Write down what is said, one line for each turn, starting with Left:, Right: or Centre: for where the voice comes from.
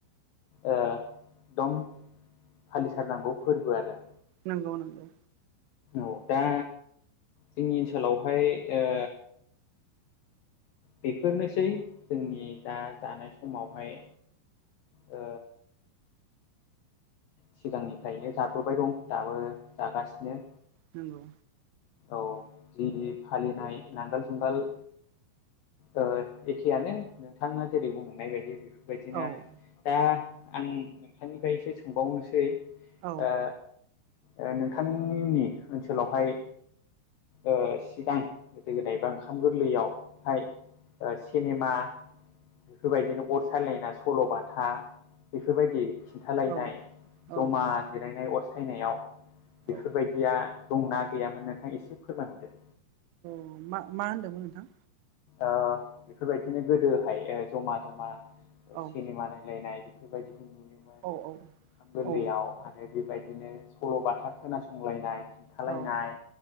Left: ओ दम फालिथारनांगौ फोरबो आरो
Right: नोंगौ नोंगौ
Left: औ दा जोंनि ओनसोलावहाय ओ बेफोरनोसै जोंनि दा जानाय समावहाय ओ सिगांनिफायनो जाबोबाय दं दाबो जागासिनो।
Right: नोंगौ
Left: औ जि फालिनाय नांगोल जुंगाल ओ एखेयानो नोंथाङा जेरै बुंलांनाय बायदि बेफोरबायदिनो
Right: औ औ
Left: आरो। दा आं नोंथांनिफ्रायसो सोंबावनोसै ओ।
Right: औ
Left: ओ नोंथांनि ओनसोलावहाय ओ सिगां गोदो गोदाय बा ओंखाम गोरलैयावहाय ओ सिनेमा बेफोरबायदिनो अर सायलायना सल'बाथा बेफोरबायदि खिन्थालायनाय
Right: औ औ
Left: जमा जिरायनाय अर सायनायाव
Right: औ
Left: बेफोरबायदिया दंना गैयामोन नोंथां एसे फोरमायहरदो।
Right: औ मा मा होन्दोमोन नोंथां।
Left: ओ बेफोरबायदिनो गोदोहाय ओ जमा जमा
Right: औ
Left: सिनेमा नायलायनाय बेफोरबायदिखौ नुयोमोन ओंखाम
Right: औ औ
Left: गोरलैयाव
Right: औ
Left: आरो बेबायदिनो सल'बाथा खोनासंलायनाय खोन्थालायनाय
Right: औ